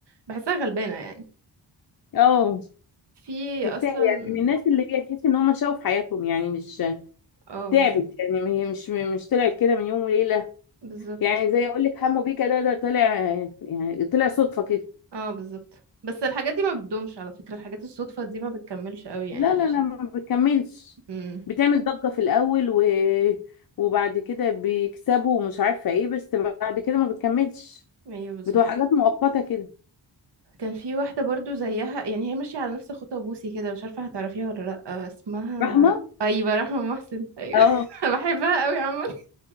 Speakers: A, on the right; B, on the left.
A: بحسها غلبانة يعني
B: اه
A: في
B: تستاهل
A: اصلا
B: يعني من الناس اللي هي تحس ان هم شافوا في حياتهم يعني مش
A: اه
B: تعبت
A: بالظبط
B: يعني هي مش مش طلعت كده من يوم وليلة
A: بالظبط
B: يعني زي اقول لك حمو بيكا ده ده طلع يعني طلع صدفة كده
A: اه بالظبط بس الحاجات دي ما بتدومش على فكرة الحاجات الصدفة دي ما بتكملش قوي يعني
B: لا لا
A: مش
B: لا ما بتكملش
A: امم
B: بتعمل ضجة في الأول و... وبعد كده بيكسبوا ومش عارفة ايه بس بعد كده ما بتكملش
A: ايوه بالظبط
B: بتبقى حاجات مؤقتة كده
A: كان في واحدة برضو زيها يعني هي ماشية على نفس خطى بوسي كده مش عارفة هتعرفيها ولا لأ آه، اسمها
B: فاهمة؟
A: ر... أيوة رحمة محسن أيوة
B: اه
A: <laughs> بحبها قوي عامة